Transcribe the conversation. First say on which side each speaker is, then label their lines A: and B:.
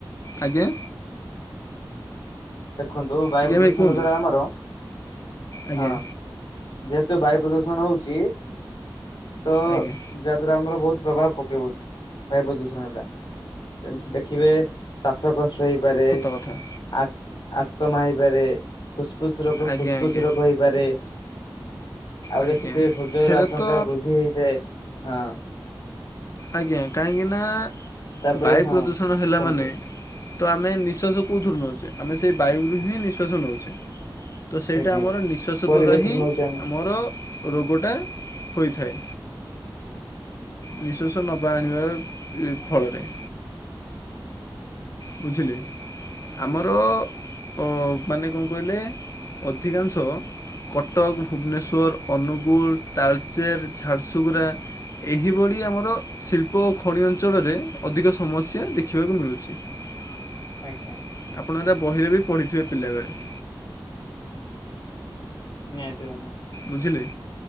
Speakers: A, on the left; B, on the left.
A: ଆଜ୍ଞା।
B: ଦେଖନ୍ତୁ ବାୟୁ
A: ଆଜ୍ଞା
B: ପ୍ରଦୂଷଣ
A: ଭାଇ କୁହନ୍ତୁ
B: ଦ୍ଵାରା ଆମର
A: ଆଜ୍ଞା
B: ହଁ। ଯେହେତୁ ବାୟୁ ପ୍ରଦୂଷଣ ହୋଉଚି ତ
A: ଆଜ୍ଞା।
B: ଯାହା ଦ୍ଵାରା ଆମର ବହୁତ୍ ପ୍ରଭାବ ପକେଇବ, ବାୟୁ ପ୍ରଦୂଷଣ ଟା। ଦେଖିବେ ଶ୍ବାସ କଷ୍ଟ ହେଇପାରେ।
A: କଥା‌।
B: ଆସ୍ ଆସ୍ତମା ହେଇପାରେ ଫୁସ୍ ଫୁସ୍ ରୋଗ
A: ଆଜ୍ଞା
B: ଫୁସ୍
A: ଆଜ୍ଞା।
B: ଫୁସ୍ ରୋଗ ହେଇପାରେ। ଆଉ
A: ଆଜ୍ଞା
B: ଦେଖିଥିବେ ହୃଦୟର
A: ସେରା
B: ଆଶଙ୍କା
A: ତ
B: ବୃଦ୍ଧି ହେଇଥାଏ। ହଁ।
A: ଆଜ୍ଞା କାହିଁକିନା
B: ତାପରେ
A: ବାୟୁ
B: ହଁ
A: ପ୍ରଦୂଷଣ ହେଲା
B: କୁହନ୍ତୁ
A: ମାନେ ତ ଆମେ ନିଃଶ୍ଵାସ କଉଥିରୁ ନଉଚେ ଆମେ ସେଇ ବାୟୁରୁ ହିଁ ନିଃଶ୍ବାସ ନଉଚେ। ତ ସେଇଟା
B: ଆଜ୍ଞା
A: ଆମର ନିଃଶ୍ୱାସ
B: ପରିବେଶରୁ
A: ଦ୍ୱାରା ହିଁ
B: ନଉଛେ ଆମେ
A: ଆମର ରୋଗଟା ହୋଇଥାଏ। ନିଃଶ୍ବାସ ନବା ଆଣିବା ଆ ଇ ଫଳରେ। ବୁଝିଲି। ଆମର‌ ଅ ମାନେ କଁ କହିଲେ ଅଧିକାଂଶ କଟକ, ଭୁବନେଶ୍ଵର, ଅନୁଗୁଳ, ତାଳ୍ ଚେର ଝାରସୁଗୁଡ଼ା। ଏହିଭଳି ଆମର ଶିଳ୍ପ ଓ ଖଣି ଅଞ୍ଚଳରେ ଅଧିକ ସମସ୍ୟା ଦେଖିବାକୁ ମିଳୁଚି। <inaudible>
B: ଆଜ୍ଞା।
A: ଆପଣ ଏରା ବହିରେ ବି ପଢ଼ିଥିବେ ପିଲାବେଳେ।
B: ନିହାତି ଭାବରେ
A: ବୁଝିଲେ।